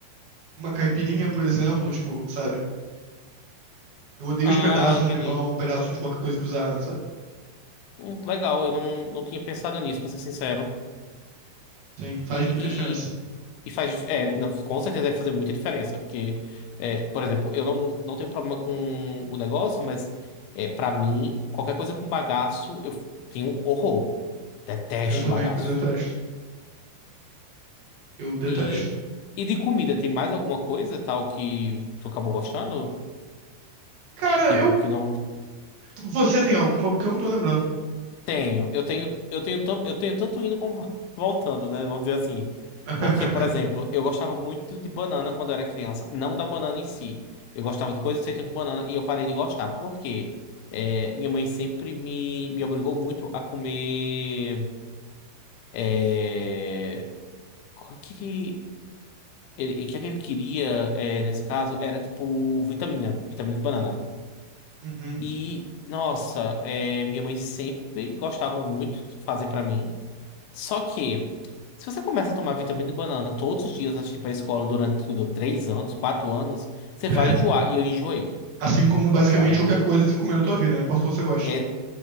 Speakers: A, on the right (about 75°); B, on the left (about 80°).
A: uma caipirinha, por exemplo, tipo, sabe? Eu odeio
B: Ah,
A: os pedaços
B: entendi.
A: de limão, pedaços de qualquer coisa que usar, sabe?
B: Hum, legal, eu não, não tinha pensado nisso, pra ser sincero.
A: Sim, faz
B: E,
A: muita diferença.
B: e, e faz. É, não, com certeza deve fazer muita diferença, porque, é, por exemplo, eu não, não tenho problema com o negócio, mas é, para mim, qualquer coisa com bagaço, eu tenho horror. Detesto
A: Eu também,
B: bagaço.
A: eu detesto. Eu detesto.
B: E, e de comida, tem mais alguma coisa tal que tu acabou gostando?
A: Cara,
B: Tipo,
A: eu.
B: que não.
A: Você tem alguma? Porque eu não tô lembrando.
B: Tenho, eu tenho, eu tenho, tanto, eu tenho tanto indo como vo- <laughs> voltando, né? Vamos dizer assim.
A: <laughs>
B: Porque, por exemplo, eu gostava muito de banana quando eu era criança, não da banana em si. Eu gostava de coisas feitas com banana e eu parei de gostar. Por quê? É, minha mãe sempre me, me obrigou muito a comer. é, o que que ele, o que é que ele queria, é, nesse caso, era tipo vitamina, vitamina de banana.
A: Uhum.
B: E, nossa, é, minha mãe sempre gostava muito de fazer pra mim. Só que, se você começa a tomar vitamina de banana todos os dias antes de ir pra escola durante tudo, três anos, quatro anos, você vai
A: É.
B: enjoar. E eu enjoei,
A: Assim como basicamente
B: sabe?
A: qualquer coisa que você comer na tua vida, não importa quanto você gosta.
B: É,